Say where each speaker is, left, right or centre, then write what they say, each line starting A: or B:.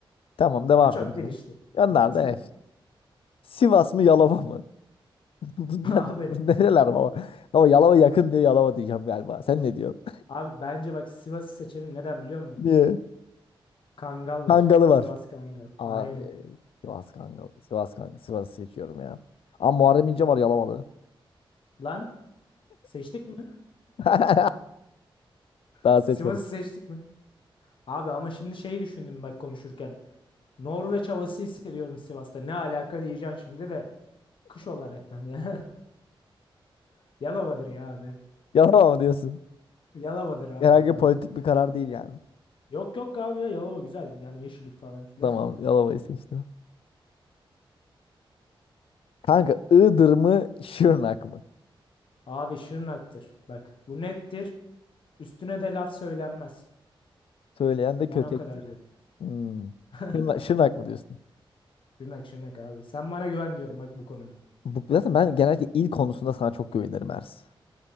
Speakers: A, on the left; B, on the left.
A: Tamam devam
B: Ama çok
A: edelim.
B: değil işte.
A: Onlar
B: Evet.
A: da eş. Sivas mı Yalova mı? <laughs> Bunlar
B: <laughs> Abi
A: bu nereler baba? Baba Yalova yakın diye Yalova diyeceğim galiba. Sen ne diyorsun?
B: Abi bence bak Sivas'ı seçelim. Neden biliyor musun?
A: <laughs> Niye?
B: Kangal var.
A: Kangalı var.
B: Sivas Kangal.
A: Abi
B: Aynen.
A: Sivas Kangalı. Sivas Kangalı. Sivas'ı seçiyorum ya. Ama Muharrem İnce var Yalovalı.
B: Lan seçtik mi?
A: <laughs> Daha
B: Sivas'ı
A: seçmedim.
B: seçtik mi? Abi ama şimdi şeyi düşündüm bak konuşurken. Norveç havası hissediyorum Sivas'ta. Ne alaka diyeceksin şimdi de. Kış olaraktan ya. <laughs> Yalova'dır ya abi.
A: Yalova mı diyorsun?
B: Yalova'dır abi
A: Herhangi
B: Yalova.
A: bir politik bir karar değil yani.
B: Yok yok abi ya Yalova güzel. Yani yeşillik falan filan.
A: Tamam Yalova'yı seçtim. Kanka Iğdır mı Şırnak mı?
B: <laughs> Abi Şırnak'tır. Bak bu nettir. Üstüne de laf söylenmez.
A: Söyleyen de
B: Ben
A: kötektir.
B: o kadar diyorum.
A: Hmm.
B: <laughs>
A: Şırnak, Şırnak mı diyorsun?
B: Şırnak Şırnak abi. Sen bana güven diyorum bak bu konuda.
A: Bu, zaten ben genellikle il konusunda sana çok güvenirim Ers.